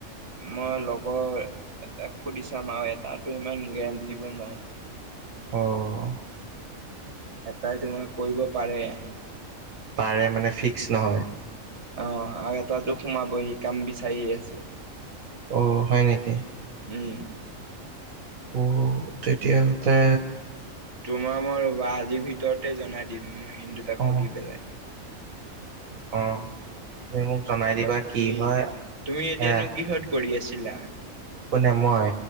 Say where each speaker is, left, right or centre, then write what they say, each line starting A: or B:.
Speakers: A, on the right; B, on the right.
A: মই লগৰ এটা সুধি চাম আৰু এটাতো ইমান গেৰাণ্টি দিব নোৱাৰো।
B: অ'।
A: এটাই তোমাৰ কৰিব পাৰে। অ'।
B: পাৰে মানে ফিক্স নহয়
A: আৰু এটা সোমাব হি কাম বিচাৰি আছে।
B: অ', হয় নেকি?
A: উম,
B: উম', তেতিয় হলে
A: তোমাক মই ৰবা আজিৰ ভিতৰতে জনাই দিম। ইিন দুটা
B: অ
A: সুধি পেলাই।
B: অ তুমি মোক জনাই দিবা
A: বাকী
B: কি হয়
A: তুমি
B: সেয়া
A: এতিয়ানো কিহত কৰি আছিলা?
B: কোনে মই,